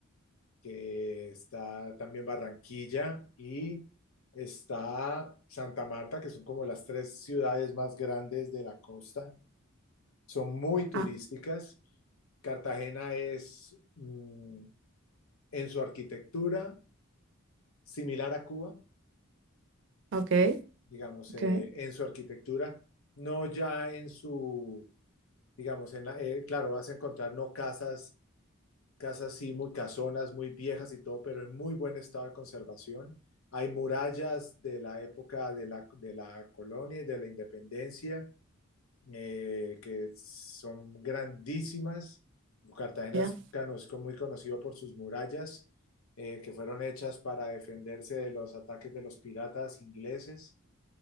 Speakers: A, on the left; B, on the right.
A: que está también Barranquilla y está Santa Marta, que son como las tres ciudades más grandes de la costa. Son muy turísticas.
B: Ah,
A: Cartagena es mm, en su arquitectura similar a Cuba,
B: ok,
A: digamos,
B: ok,
A: eh, en su arquitectura, no ya en su, digamos, en la- eh, claro, vas a encontrar no casas casas sí muy casonas, muy viejas y todo, pero en muy buen estado de conservación. Hay murallas de la época de la, de la colonia y de la independencia eh, que son grandísimas. Cartagena
B: ya.
A: es cono- muy conocido por sus murallas eh, que fueron hechas para defenderse de los ataques de los piratas ingleses.